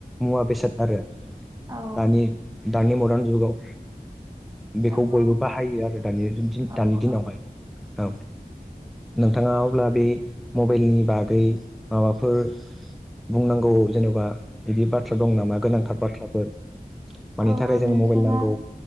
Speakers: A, in the centre; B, on the right.
A: मुवा बेसाद आरो
B: औ
A: दानि दानि मदार्न जुगाव बेखौ
B: नंगौ
A: बयबो बाहायो आरो दानि
B: औ
A: दानि दिनावहाय
B: औ
A: औ नोंथाङा अब्ला बे मबाइलनि बागै माबाफोर बुंनांगौ जेनबा बिदि बाथ्रा दं नामा गोनांथार बाथ्राफोर मानि
B: अ
A: थाखाय जोंनो
B: नोंथाङा
A: मबाइल नांगौ